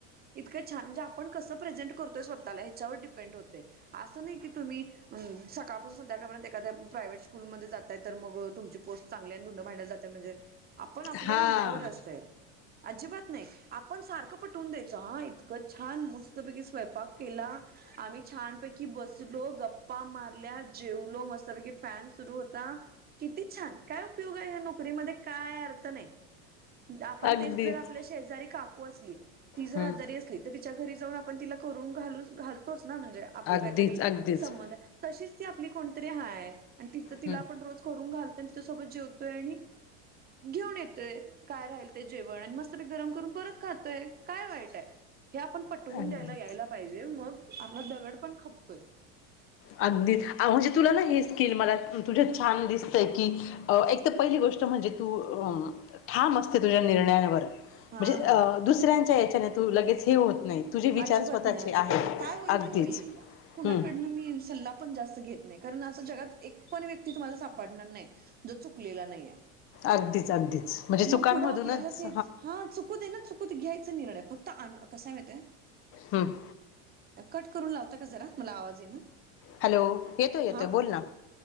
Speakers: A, on the right; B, on the left.
A: इतकं छान म्हणजे आपण कसं प्रेझेंट करतोय स्वतःला ह्याच्यावर डिपेंड होते असं नाही की तुम्ही सकाळपासून संध्याकापर्यंत एखाद्या प्रायव्हेट स्कूलमध्ये जातातय तर मग तुमची पोस्ट चांगल्या भांडला जाते म्हणजे आपण आपल्या
B: हा
A: राहण्यावर असते. अजिबात नाही. आपण सारखं पटवून द्यायचं हा इतकं छान मस्त मस्तपैकी स्वयंपाक केला. आम्ही छानपैकी बसलो गप्पा गप्पा मारल्या, जेवलो, मस्तपैकी फॅन सुरू होता किती छान काय उपयोग आहे या नोकरीमध्ये काय अर्थ नाही. आपण
B: अगदीच
A: तेच जर आपल्या शेजारी काकू असली. ती जर
B: हम्म
A: आजारी असली तर तिच्या घरी जाऊन आपण तिला करून घाल घालतोच ना म्हणजे. आपलं
B: अगदीच
A: काहीतरी
B: अगदीच
A: संबंध आहे. तशीच ती आपली कोणतरी हाय त तिला
B: हम्म
A: आपण रोज करून घालतो. त्यां तिच्यासोबत जेवतोय आणि घेऊन येतोय. काय राहिल ते जेवण आणि मस्त ते गरम करून परत खातोय काय वाईट आहे हे आपण पटवून
B: अगदीच
A: द्यायला यायला पाहिजे मग आपला दगड पण खपतोय.
B: अगदी म्हणजे तुला ना हे स्किल मला तुझ्या छान दिसतय की एक तर पहिली गोष्ट म्हणजे तू ठाम असते तुझ्या निर्णयांवर
A: हा
B: म्हणजे
A: हा
B: दुसऱ्यांच्या याच्याने तू लगेच हे होत नाही. तुझे विचार
A: अजिबात
B: स्वतःचे
A: नाही. अजिबात
B: आहेत
A: काय होईल
B: अगदीच
A: ते होईल. कुणाकडनं
B: हम्म
A: मी सल्ला पण जास्त घेत नाही. कारण असं जगात एक पण व्यक्ती तुम्हाला सापडणार नाही. जो चुकलेला नाहीये.
B: अगदीच अगदीच म्हणजे चुकांमधूनच
A: मग पुढं आपल्यालाच हेच, हा चुकू दे ना चुक खुद घ्यायचा निर्णय. फक्त अन कसाय माहिते.
B: हम्म.
A: कट करून लावता का जरा. मला आवाज येईना.
B: हॅलो येतोय येतोय
A: हा,
B: बोल ना